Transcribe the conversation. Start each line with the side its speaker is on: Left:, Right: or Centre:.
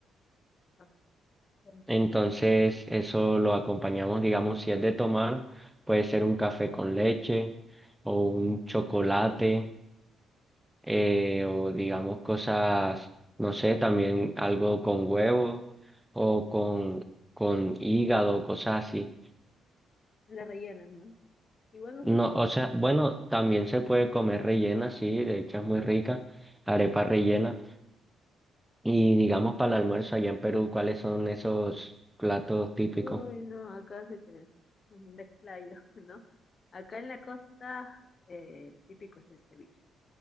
Left: Ah, con-
Centre: Entonces eso lo acompañamos, digamos, si es de tomar, puede ser un café con leche o un chocolate eh, o digamos cosas, no sé, también algo con huevo o con, con hígado, cosas así.
Left: La rellenan, ¿no? Igual nosotros
Centre: No,
Left: acá,
Centre: o sea,
Left: ¿no?
Centre: bueno, también se puede comer rellena, sí, de hecho es muy rica, arepa rellena Y digamos para el almuerzo allá en Perú, ¿cuáles son esos platos típicos?
Left: Uy, no, acá sí te bueno, me explayo, <laughs> ¿no? Acá en la costa, eh, el típico es el ceviche.